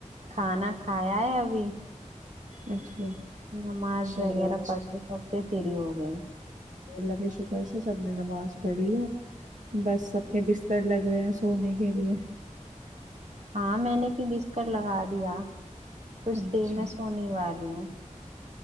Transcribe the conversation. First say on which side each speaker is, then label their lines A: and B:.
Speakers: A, on the right (about 60°); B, on the right (about 75°).
A: کھانا کھایا ہے ابھی
B: اچھا
A: نماز
B: چلو
A: وغیرہ
B: اچھا،
A: پڑ کے سب سے فری ہو گئے
B: اللہ کے شکر سے سب نے نماز پڑھ لی ہے بس سب کے بستر لگ رہے ہیں سونے کے لیے
A: ہاں میں نے پھر بسکر لگا دیا کچھ
B: اچھا
A: دیر میں سونے والی ہوں